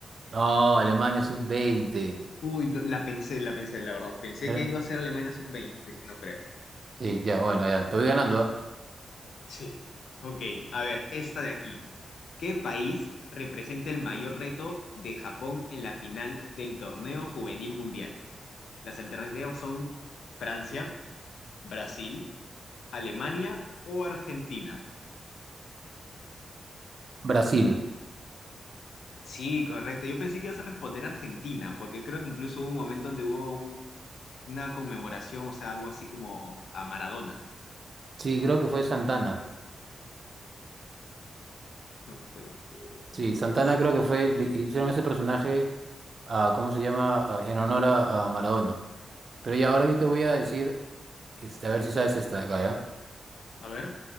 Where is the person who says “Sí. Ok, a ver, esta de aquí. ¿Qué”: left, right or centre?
Left